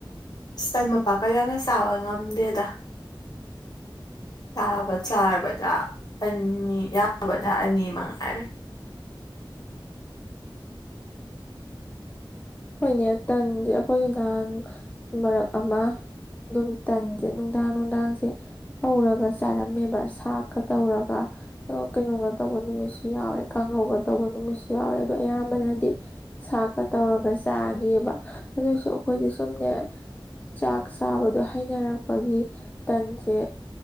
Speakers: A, on the left (about 50°); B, on the left (about 20°).
A: ꯏꯁꯇꯟ ꯃꯄꯥꯛꯀ ꯌꯥꯝꯅ ꯆꯥꯕ ꯉꯝꯗꯦꯗ ꯆꯥꯕ ꯆꯥꯕꯗ ꯑꯅꯤ ꯌꯥꯕꯗ ꯑꯅꯤ ꯃꯉꯥꯏ
B: ꯍꯣꯏꯅꯦ ꯇ ꯑꯩꯈꯣꯏ ꯉꯍꯥꯡ ꯃꯔꯛ ꯑꯃ ꯑꯗꯨꯝ ꯇꯟꯁꯦ ꯅꯨꯡꯗꯥꯡ ꯅꯨꯡꯗꯥꯡꯁꯦ ꯍꯧꯔꯒ ꯆꯥꯔꯝꯃꯦꯕ ꯁꯥꯛꯀ ꯇꯧꯔꯒ ꯀꯩꯅꯣꯒ ꯇꯧꯕ ꯅꯨꯃꯤꯠꯁꯨ ꯌꯥꯎꯋꯦ ꯀꯥꯡꯉꯧꯒ ꯇꯧꯕ ꯅꯨꯃꯤꯠꯁꯨ ꯌꯥꯎꯋꯦ ꯑꯗꯣ ꯑꯌꯥꯝꯕꯅꯗꯤ ꯁꯥꯛ ꯇꯧꯔꯒ ꯆꯥꯈꯤꯕ ꯑꯗꯨꯁꯨ ꯑꯩꯈꯣꯏꯗꯤ ꯁꯨꯝꯅꯦ ꯆꯥꯛ ꯆꯥꯕꯗꯣ ꯍꯩꯅꯔꯛꯄꯒꯤ ꯇꯟꯁꯦ